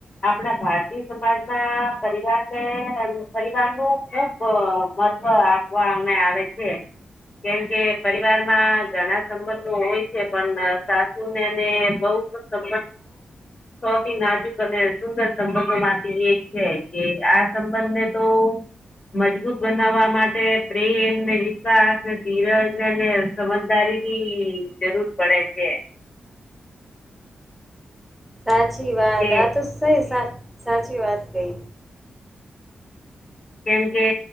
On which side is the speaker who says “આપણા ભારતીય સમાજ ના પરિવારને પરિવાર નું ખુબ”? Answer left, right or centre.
Left